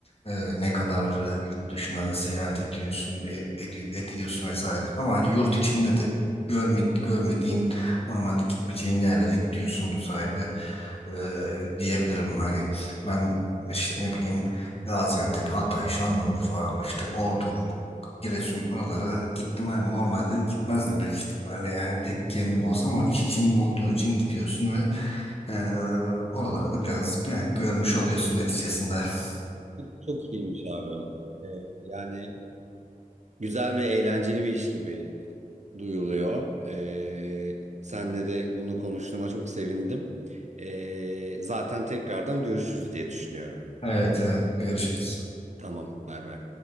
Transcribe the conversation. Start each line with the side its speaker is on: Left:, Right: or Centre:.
Left: e, ne kadar e, yurt dışına seyahat ediyorsun, ev ediyor, ediyorsun vesaire. Ama hani yurt içinde de görme, görmediğin normalde gitmeyeceğin yerlere gidiyorsun bu sayede e, diyebilirim. Hani ben işte ne bileyim Gaziantep, Hatay, Şanlıurfa, işte Ordu Giresun oralara gittim abi. Normalde gitmezdim büyük ihtimalle. Yani tek kendim olsam ama iş için olduğu için gidiyorsun ve eee oraları da biraz yani görmüş oluyorsun neticesinde. <laughs>
Right: Çok iyiymiş abi. Ee, yani Güzel ve eğlenceli bir iş gibi duyuluyor. Ee, senle de bunu konuştuğuma çok sevindim. Ee, zaten tekrardan görüşürüz diye düşünüyorum.
Left: Evet, evet. Görüşürüz.
Right: Tamam, bay bay.